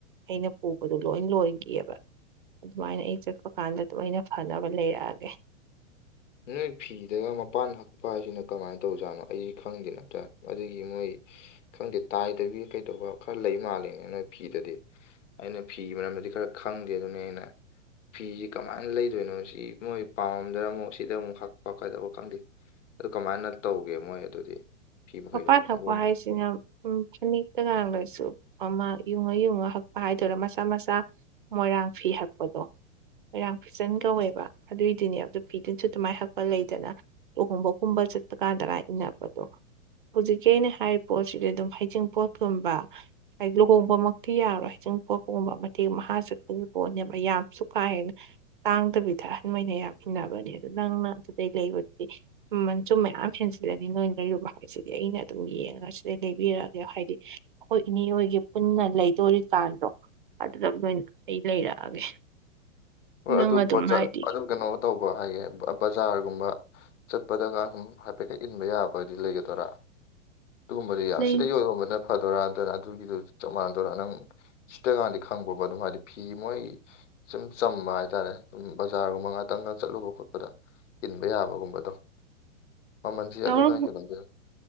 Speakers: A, on the right; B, on the left.
A: ꯑꯩꯅ ꯄꯨꯕꯗꯣ ꯂꯣꯏ ꯂꯣꯏꯈꯤꯑꯕ ꯑꯗꯨꯃꯥꯏꯅ ꯑꯩ ꯆꯠꯄ ꯀꯥꯟꯗ ꯑꯩꯅ ꯐꯅꯕ ꯂꯩꯔꯛꯑꯒꯦ
B: ꯅꯣꯏ ꯐꯤꯗꯒ ꯃꯄꯥꯟ ꯍꯛꯄ ꯍꯥꯏꯁꯤꯅ ꯀꯃꯥꯏꯅ ꯇꯧꯖꯥꯠꯅꯣ ꯑꯩꯁꯤ ꯈꯪꯗꯦ ꯅꯇ ꯑꯗꯨꯒꯤ ꯃꯣꯏ ꯈꯪꯗꯦ ꯇꯥꯏꯗꯕꯤ ꯀꯩꯗꯧꯕ ꯈꯔ ꯂꯩ ꯃꯥꯜꯂꯤꯉ ꯅꯣꯏ ꯐꯤꯗꯗꯤ ꯑꯩꯅ ꯐꯤ ꯃꯔꯝꯗꯗꯤ ꯈꯔ ꯈꯪꯗꯦ ꯑꯗꯨꯅꯤ ꯑꯩꯅ ꯐꯤꯁꯤ ꯀꯃꯥꯏꯅ ꯂꯩꯗꯣꯏꯅꯣ ꯁꯤ ꯃꯣꯏ ꯄꯥꯝꯃꯝꯗꯅ ꯑꯃꯨꯛ ꯁꯤ꯫ ꯁꯤꯗ ꯑꯃꯨꯛ ꯍꯛꯄ ꯀꯥꯏꯗꯧꯕ ꯈꯪꯗꯦ ꯑꯗꯨ ꯀꯃꯥꯏꯅ ꯇꯧꯒꯦ ꯃꯣꯏ ꯑꯗꯨꯗꯤ ꯐꯤ ꯃꯈꯩꯗꯨꯗꯤ
A: ꯃꯄꯥꯟ ꯊꯛꯄ
B: ꯃꯑꯣꯡ
A: ꯍꯥꯏꯁꯤꯅ ꯎꯝ ꯐꯅꯦꯛꯇꯒ ꯂꯣꯏꯁꯨ꯫ ꯑꯃ ꯌꯨꯡꯉ ꯌꯨꯡꯉ ꯍꯛꯄ ꯍꯥꯏꯗꯣꯏꯔ ꯃꯆꯥ ꯃꯆꯥ ꯃꯣꯏꯔꯥꯡ ꯐꯤ ꯍꯛꯄꯗꯣ ꯃꯔꯥꯡ ꯐꯤꯖꯟ ꯀꯧꯋꯦꯕ ꯑꯗꯨꯏꯗꯨꯅꯦ ꯑꯗꯨꯗ ꯐꯤꯗꯨꯟꯁꯨ ꯑꯗꯨꯃꯥꯏꯅ ꯍꯛꯄ ꯂꯩꯗꯅ ꯂꯨꯍꯣꯡꯕꯒꯨꯝꯕ ꯆꯠꯄ ꯀꯥꯟꯗꯒ ꯏꯟꯅꯕꯗꯣ ꯍꯧꯖꯤꯛꯀꯤ ꯑꯩꯅ ꯍꯥꯏꯔꯤꯕ ꯄꯣꯠꯁꯤꯗꯤ ꯑꯗꯨꯝ ꯍꯩꯖꯤꯡ ꯄꯣꯠꯀꯨꯝꯕ ꯍꯥꯏꯗꯤ ꯂꯨꯍꯣꯡꯕꯃꯛꯇꯤ ꯌꯥꯔꯣꯏ ꯍꯖꯤꯡ ꯄꯣꯠꯄꯒꯨꯝꯕ ꯃꯇꯦꯛ ꯃꯍꯥ ꯆꯠꯄꯒꯤ ꯄꯣꯠꯅꯦꯕ ꯌꯥꯝꯁꯨ ꯀꯥꯍꯦꯅ ꯇꯥꯡꯗꯕꯤꯗ ꯑꯍꯟꯈꯩꯅ ꯌꯥꯝ ꯏꯟꯅꯕꯅꯦ ꯑꯗꯨ ꯅꯪꯅ ꯑꯗꯨꯗꯩ ꯂꯩꯕꯗꯨꯗꯤ ꯎ ꯃꯟꯆꯨꯝ ꯃꯌꯥꯝ ꯍꯦꯟꯁꯤꯜꯂꯅꯤ ꯅꯣꯏ ꯂꯩꯔꯨꯕ ꯁꯤꯗꯤ ꯑꯩꯅ ꯑꯗꯨꯝ ꯌꯦꯡꯉꯒ ꯁꯤꯗꯩ ꯂꯩꯕꯤꯔꯛꯑꯒꯦ ꯍꯥꯏꯗꯤ ꯑꯩꯈꯣꯏ ꯏꯅꯦ ꯍꯣꯏꯒꯤ ꯄꯨꯟꯅ ꯂꯩꯗꯣꯔꯤ ꯀꯥꯗꯣ ꯑꯗꯨꯗ ꯂꯣꯏꯅ ꯑꯩ ꯂꯩꯔꯛꯑꯒꯦ
B: ꯍꯣꯏ
A: ꯅꯪ
B: ꯑꯗꯨ
A: ꯑꯗꯨꯝ ꯍꯥꯏꯗꯤ
B: ꯑꯗꯨ ꯀꯩꯅꯣ ꯇꯧꯕ ꯍꯥꯏꯒꯦ ꯕꯖꯥꯔꯒꯨꯝꯕ ꯆꯠꯄꯗꯒ ꯁꯨꯝ ꯍꯥꯏꯐꯦꯠꯀ ꯏꯟꯕ ꯌꯥꯕꯗꯤ ꯂꯩꯒꯗꯣꯏꯔꯥ ꯑꯗꯨꯒꯨꯝꯕꯗꯤ ꯌꯥꯝ
A: ꯂꯩ
B: ꯁꯤꯗ ꯌꯣꯜꯔꯣꯟꯕꯗꯅ ꯐꯗꯣꯏꯔ ꯅꯠꯇꯔꯥꯒꯅ ꯑꯗꯨꯒꯤꯗꯨ ꯆꯞ ꯃꯥꯟꯅꯗꯣꯏꯔꯥ ꯅꯪ ꯁꯤꯇꯀꯥꯟꯗꯤ ꯈꯪꯕꯣꯕ ꯑꯗꯨꯝ ꯍꯥꯏꯗꯤ ꯐꯤ ꯃꯣꯏ ꯆ꯫ ꯆꯝꯕ ꯍꯥꯏꯇꯥꯔꯦ ꯑꯗꯨꯝ ꯕꯖꯥꯔꯒꯨꯝꯕ ꯉꯥꯛꯇꯪꯒ ꯆꯠꯂꯨꯕ ꯈꯣꯠꯄꯗ ꯇꯤꯟꯕ ꯌꯥꯕꯒꯨꯝꯕꯗꯣ ꯃꯃꯜꯁꯤ
A: ꯌꯥꯎꯔꯝ
B: ꯑꯗꯨꯅ ꯍꯦꯜꯂꯝꯗꯣꯏꯔ